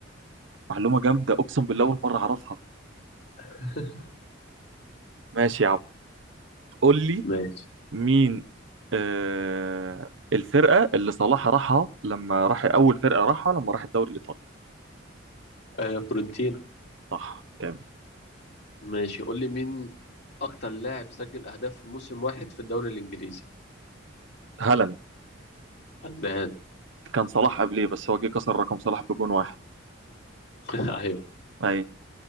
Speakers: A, on the right; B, on the left.
A: معلومه جامده اقسم بالله اول مره اعرفها
B: <laughs>
A: ماشي يا عم قول لي
B: ماشي
A: مين آه الفرقه اللي صلاح راحها لما راح اول فرقه راحها لما راح الدوري الايطالي
B: آه فورنتينا
A: صح جامد
B: ماشي قول لي مين أكتر لاعب سجل أهداف في موسم واحد في الدوري الإنجليزي
A: هالاند
B: فنان
A: كان صلاح قبليه بس هو جه كسر رقم صلاح بجون واحد
B: <laughs> أيوه
A: ايوه